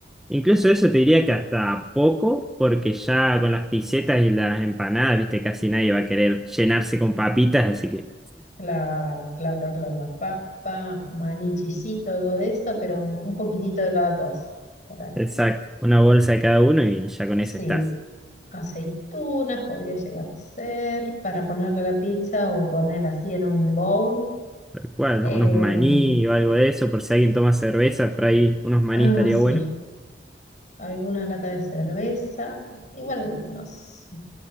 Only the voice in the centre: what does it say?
Incluso
eso te diría que hasta poco, porque ya con las pisetas y las empanadas, ¿viste? Casi nadie va a querer llenarse con papitas, así que...
Exacto, una bolsa de cada uno y ya con
eso estás.
Tal cual,
¿no? unos maní o algo de eso, por si alguien toma cerveza, por ahí unos maní
estaría
bueno.